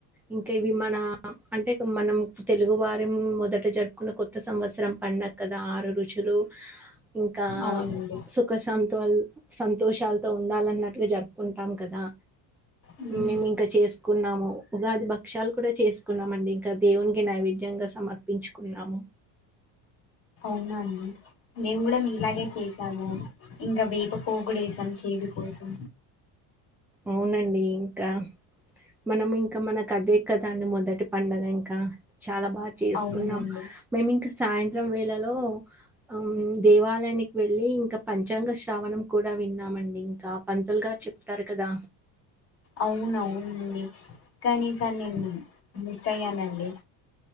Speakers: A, in the centre; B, on the left.
A: ఇంకఇవి మన అంటే మనం తెలుగువారిం మొదట జరుపుకున్న కొత్త సంవస్రం పండక్కదా ఆరు రుచులు ఇంకా
B: అవునండి
A: సుఖశాం తువల్ సంతోషాల్తో ఉండాలన్నట్లుగ జరుపుకుంటాం కదా,
B: ఉమ్.
A: మేము ఇంకా చేస్ కున్నాము ఉగాది భక్షాలు కూడా చేసుకున్నామండి ఇంక దేవున్కి నైవేద్యంగా సమర్పించుకున్నాము.
B: ఉన్నా న్ మేము కూడా మీలాగే చేసాము. ఇంకా వేప పోగుడేసం చీదు కోసం.
A: అవునండి ఇంకా, మనం ఇంకా మనకదే కదండి మొదటి పండగ ఇంకా చాలా బా చేస్కున్నాం
B: అవునండి
A: మేమింక సాయంత్రం వె ఇల్లలో ఆమ్ దేవాలయనికి వెళ్ళి ఇంకా పంచాంగ శ్రావణం కూడా విన్నామండి, ఇంకా పంతులు గారు చెప్తారు. కదా
B: ఔన్ నౌన్ డి కానీ సర్ నిన్ మిస్సయ్యనన్ రి